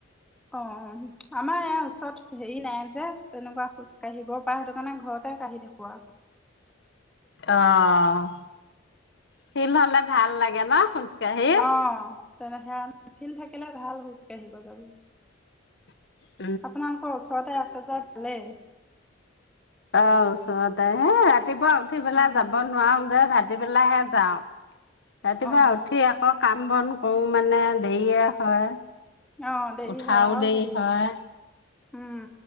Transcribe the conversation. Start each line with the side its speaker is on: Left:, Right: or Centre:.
Centre: অ', আমাৰ এইয়া ওচৰত হেৰি নাই যে, তেনেকুৱা খোজ কাঢ়িব তাৰপা, সেইটো কাৰণে ঘৰতে কাঢ়ি থাকোঁ আৰু।
Left: অ', শিল হ'লে ভাল লাগে ন', খোজকাঢ়ি।
Centre: অ', তেনে হেয়া শিল থাকিলে ভাল, খোজ কাঢ়িব যাব।
Left: উম্,
Centre: আপোনালোকৰ ওচৰতে আছে যে, ভালেই।
Left: অ' ওচৰতে, হেই ৰাতিপুৱা উঠি পেলাই
Centre: উম
Left: যাব নোৱাৰোঁ যে, ভাতিবেলাহে যাওঁ, ৰাতিপুৱা
Centre: অ
Left: উঠি আকৌ কাম বন কৰোঁ মানে দেৰিয়ে হয়।
Centre: অ দেৰি
Left: উঠাও
Centre: হয় আৰু
Left: দেৰি
Centre: হেৰি
Left: হয়।
Centre: উম